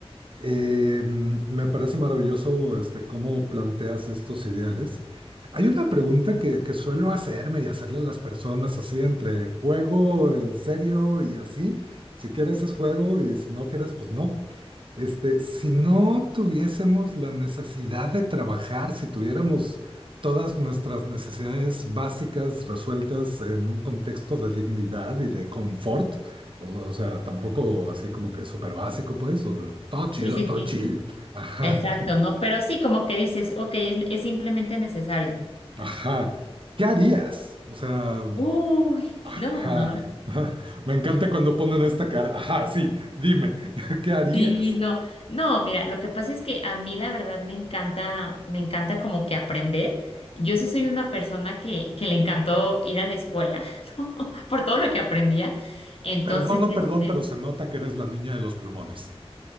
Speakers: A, on the right; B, on the left.
A: Eh, mm, me parece maravilloso este, cómo planteas estos ideales. Hay una pregunta que, que suelo hacerme y hacerle a las personas así entre juego, en serio y así. Si quieres es juego y si no quieres, pues no. Este, si no tuviésemos la necesidad de trabajar, si tuviéramos todas nuestras necesidades básicas resueltas en un contexto de dignidad y de confort, o, o sea, tampoco así como que súper básico, pues, o todo chido,
B: Sí, sí,
A: todo
B: sí.
A: chill. Ajá,
B: Exacto, ¿no? Pero sí, como que dices, ok, es, es simplemente necesario.
A: ajá. ¿Qué harías? O sea,
B: Uy,
A: ajá.
B: no, no, no.
A: <laughs> Me encanta cuando ponen esta cara. Ajá, sí, dime, <laughs> ¿qué harías?
B: Sí, no. No, mira, lo que pasa es que a mí la verdad me encanta, me encanta como que aprender. Yo sí soy una persona que, que le encantó ir a la escuela, <laughs> ¿no? Por todo lo que aprendía. Entonces,
A: Perdón, no,
B: este,
A: perdón, pero se nota que eres la niña de los plumones.